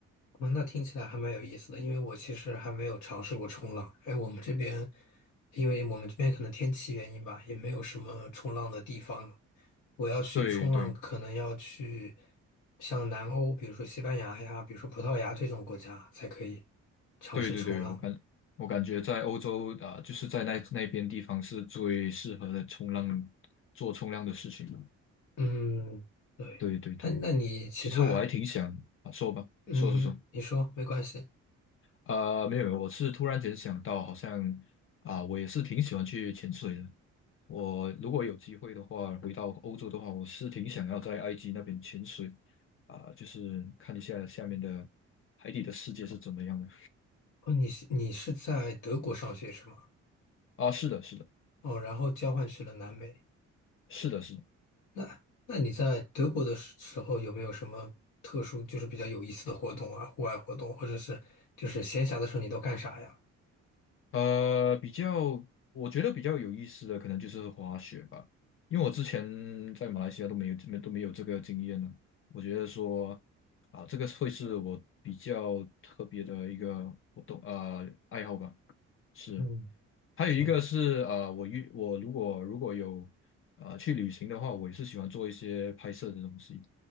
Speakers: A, on the left; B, on the left.
A: 嗯，那听起来还蛮有意思的，因为我其实还没有尝试过冲浪。哎，我们这边，因为我们这边可能天气原因吧，也没有什么冲浪的地方。我要去冲浪，
B: 对对
A: 可能要去像南欧，比如说西班牙呀，比如说葡萄牙这种国家才可以尝试冲浪。
B: 对对对，我感我感觉在欧洲啊、呃就是在那那边地方是最适合的冲浪做冲浪的事情。
A: 嗯，对。
B: 对对对，
A: 那那你其他，
B: 其实我还挺想啊，说吧，
A: 嗯，
B: 说说说。
A: 你说没关系。
B: 呃，没有没有，我是突然间想到，好像啊、我也是挺喜欢去潜水的。我如果有机会的话，回到欧洲的话，我是挺想要在埃及那边潜水啊、就是看一下下面的海底的世界是怎么样的。
A: 哦，你是你是在德国上学是吗？
B: 啊，是的，是的，
A: 哦，然后交换去了南美。
B: 是的，是的。
A: 那那你在德国的时时候有没有什么特殊，就是比较有意思的活动啊，户外活动，或者是就是闲暇的时候你都干啥呀？
B: 呃，比较，我觉得比较有意思的可能就是滑雪吧，因为我之前在马来西亚都没有没都没有这个经验呢。我觉得说啊，这个会是我比较特别的一个活动呃爱好吧。是，
A: 嗯，
B: 还有一个是呃，
A: 挺，
B: 我遇我如果如果有呃去旅行的话，我也是喜欢做一些拍摄的东西，